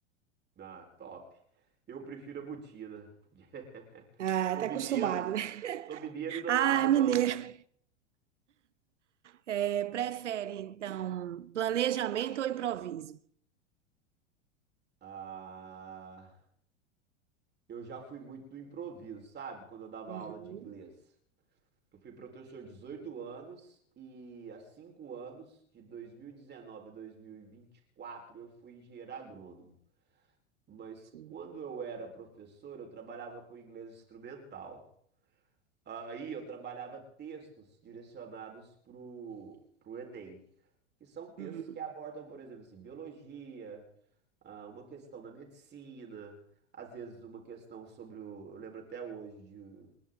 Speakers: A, on the right; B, on the right.
A: Ah, top. Eu prefiro a botina. <laughs>
B: Ah,
A: Sou
B: tá
A: mineiro.
B: acostumado, né? <laughs>
A: Sou mineiro e não
B: Ah,
A: abro
B: mineiro.
A: mão.
B: É, prefere, então, planejamento ou improviso?
A: Ah, eu já fui muito do improviso, sabe? Quando eu dava
B: Uhum,
A: aula de inglês. Eu fui professor 18 anos e há 5 anos, de 2019 a 2024, eu fui engenheiro agrônomo. Mas
B: sim.
A: quando eu era professor, eu trabalhava com inglês instrumental. Aí eu trabalhava textos direcionados pro, pro Enem, que são textos
B: Uhum,
A: que abordam, por exemplo, assim, biologia, ah, uma questão da medicina, às vezes uma questão sobre o, eu lembro até hoje de